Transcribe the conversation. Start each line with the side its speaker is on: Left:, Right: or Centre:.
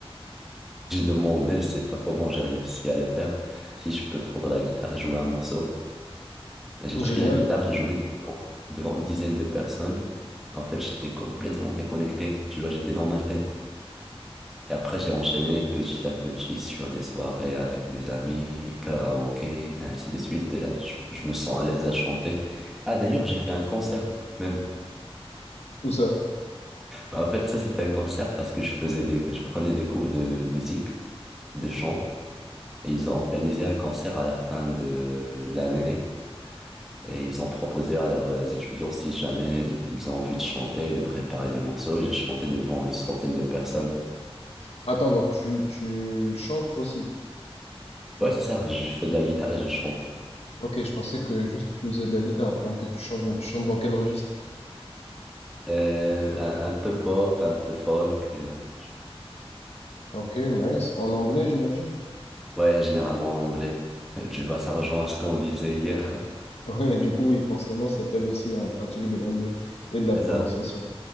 Centre: J'ai demandé, je sais pas comment j'ai réussi à le faire, si je peux prendre la guitare et jouer un morceau. Et j'ai
Left: Génial.
Centre: pris la guitare, j'ai joué devant, devant une dizaine de personnes. Mais en fait, j'étais complètement déconnecté, tu vois, j'étais dans ma tête. Et après, j'ai enchaîné petit à petit sur des soirées avec des amis, karaoké, et ainsi de suite. Et là, je, je me sens à l'aise à chanter. Ah, d'ailleurs, j'ai fait un concert même.
Left: Où ça?
Centre: Bah, en fait, ça, c'était un concert parce que je faisais des, je prenais des cours de musique, de chant, et ils ont organisé un concert à la fin de l'année. Et ils ont proposé à leurs euh, étudiants si jamais ils ils ont envie de chanter, de préparer des morceaux. Et j'ai chanté devant une centaine de personnes.
Left: Attends, donc tu, tu chantes aussi.
Centre: Ouais, c'est ça, je fais de la guitare et je chante.
Left: Ok, je pensais que juste tu faisais de la guitare. Donc tu chantes, mais tu chantes dans quel registre?
Centre: Euh, un, un peu pop, un peu folk. euh, tu-
Left: Ok, nice. En anglais, j'imagine. <laughs>
Centre: ouais, généralement en anglais. <laughs> Tu vois, ça rejoint ce qu'on disait hier.
Left: Ouais, du coup, oui, forcément, ça t'aide aussi dans la pratique de l'anglais et de la
Centre: <laughs> C'est
Left: prononciation.
Centre: ça.